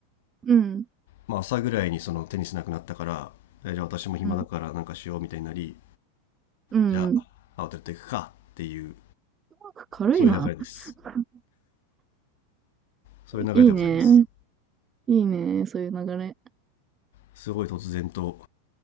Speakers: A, on the right; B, on the left.
A: うん。
B: まあ、朝ぐらいにそのテニスなくなったからえじゃあ私も暇だからなんかしようみたいになり
A: うん。うん。
B: じゃあアウトレット行くかっていう
A: うまく軽いな。
B: そういう流れです
A: <laughs>
B: そういう流れでございます
A: いいね。いいね。そういう流れ。
B: すごい突然と